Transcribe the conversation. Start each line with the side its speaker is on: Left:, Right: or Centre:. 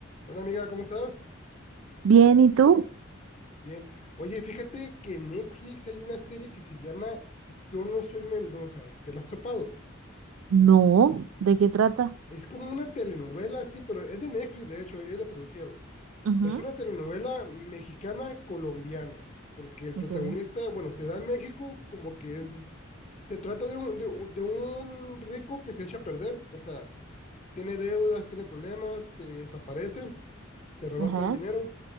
Left: Hola amiga, ¿cómo estás?
Right: Bien, ¿y tú?
Left: Bien. Oye, fíjate que en Netflix hay una serie que se llama Yo no soy Mendoza, ¿te la has topado?
Right: No, ¿de qué trata?
Left: Es como una telenovela, sí, pero es de Netflix, de hecho, ellos la producieron.
Right: Ujú,
Left: Es una telenovela mexicana colombiana, porque el protagonista,
Right: ok.
Left: bueno, se da en México como que es, se trata de un, de un, de un rico que se echa a perder, o sea, tiene deudas, tiene problemas, se desaparece se roba
Right: Ajá,
Left: todo el dinero